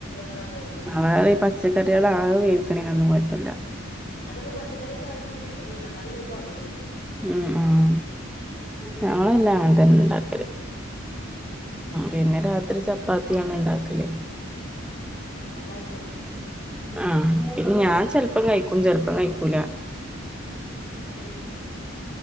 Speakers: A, on the left; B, in the centre.
A: കടന്ന് വേവണം
B: വേറെ ഈ പച്ചക്കറികള ആകെ വേവിക്കണനൊന്നും കുഴപ്പമില്ല
A: അതൊക്കെ പച്ചക്കറിിയെ കാര്യത്തിൽ കുക്കറിലുണ്ട എന്നാലേ ശരിക്കും ഉടയുള്ളൂ
B: ഉം ഉം
A: ഉം
B: ഞങ്ങളെല്ലാം അങ്ങനെ തന്നെ ഉണ്ടാക്കരു പിന്നെ അത്ര ചപ്പാത്തിയാണ് ഉണ്ടാക്കലേ
A: ഏ എല്ലാർക്കും
B: ആഹ പിന്നെ ഞാൻ ചെിലപ്പം കഴിക്കും ചെിലപ്പം കഴിക്കൂല
A: ഇതൈറ്റിങ്ങളാ